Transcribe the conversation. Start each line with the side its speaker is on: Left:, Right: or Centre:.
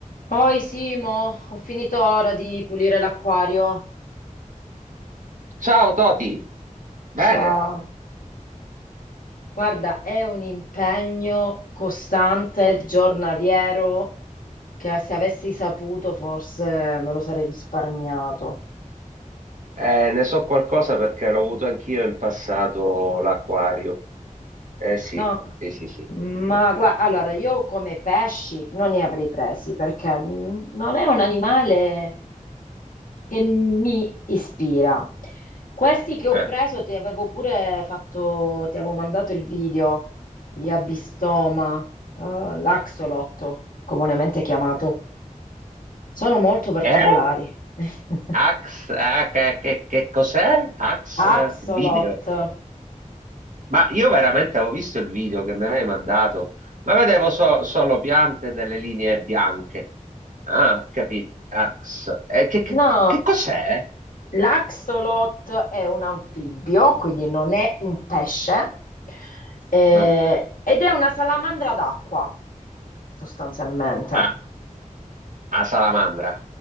Left: Poi Simo, ho finito ora di pulire l'acquario.
Right: Ciao Toti, bene,
Left: Ciao. Guarda, è un impegno costante, giornaliero, che se avessi saputo forse me lo sarei risparmiato.
Right: Eh, ne so qualcosa perché l'ho avuto anch'io in passato l'acquario. Eh sì,
Left: No,
Right: sì, sì, sì,
Left: ma
Right: in effetti.
Left: guarda, allora io come pesci non ne avrei presi perché mm, non è un animale. che mi ispira. Questi che ho
Right: Eh?
Left: preso ti avevo pure fatto, ti avevo mandato il video, gli Abistoma, eh, l'Axolotto, comunemente chiamato. Sono molto particolari.
Right: Eh?
Left: <laughs>
Right: Ax, ah, che, che- che cos'è? Ax, eh,
Left: Axolot.
Right: il video.
Left: Ah,
Right: Ma io veramente avevo visto il video che mi avevi mandato, ma vedevo so- solo piante e delle linee bianche. Ah, capito, Ax. Eh, che, che-
Left: No,
Right: che- che cos'è?
Left: l'axolot è un anfibio, quindi non è un pesce, eh,
Right: Non ho preso.
Left: ed è una salamandra d'acqua, sostanzialmente.
Right: Ah, a salamandra.